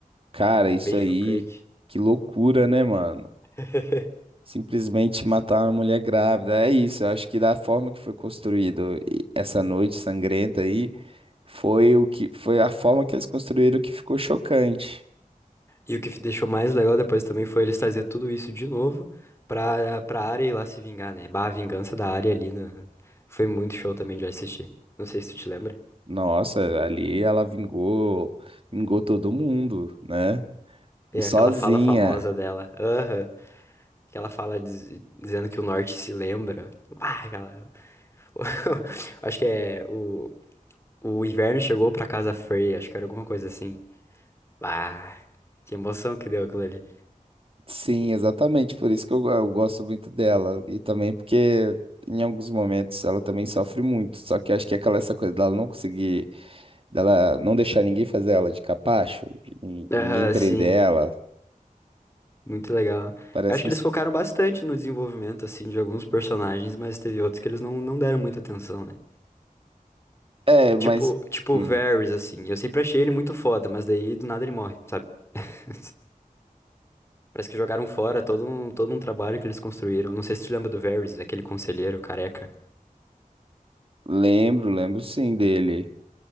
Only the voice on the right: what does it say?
Cara, isso
aí,
que loucura, né, mano?
Simplesmente matar uma mulher grávida. É isso, eu acho que da forma que foi construído e- essa noite sangrenta aí, foi o que foi a forma que eles construíram que ficou chocante.
Nossa, ali ela vingou, vingou todo mundo, né? E
sozinha.
Sim, exatamente, por isso que eu, eu gosto muito dela. E também porque em alguns momentos ela também sofre muito. Só que eu acho que é aquela essa coisa dela não conseguir, dela não deixar ninguém fazer ela de capacho, de nin-
de ninguém prender
ela.
Parece
um.
es-
É, mas
hum,
lembro, lembro sim dele.